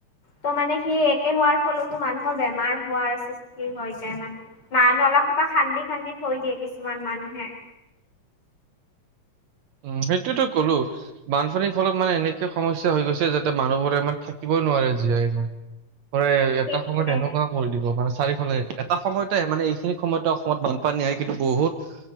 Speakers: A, on the left; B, on the right.
A: তো, মানে সি একে হোৱাৰ ফলতো মানুহৰ বেমাৰ হোৱাৰ সৃষ্টি হয়। মানে না নলা সোপা খান্দি খান্দি থৈ দিয়ে কিছুমান মানুহে।
B: উম, সেইটোয়েতো কলো। বানফনীৰ ফলত মানে এনেকে সমস্যা হৈ গৈছে যাতে মানুহবোৰে ইমানে থাকিবই নোৱাৰে জীয়াই কৰে এটা
A: সেইটোৱে
B: সময়ত এনেকুৱা কৰি দিব মানে চাৰিওফালে এটা সময়তে মানে সেই খিনি সময়তো অসমত বানপানী আহে, কিন্তু বহুত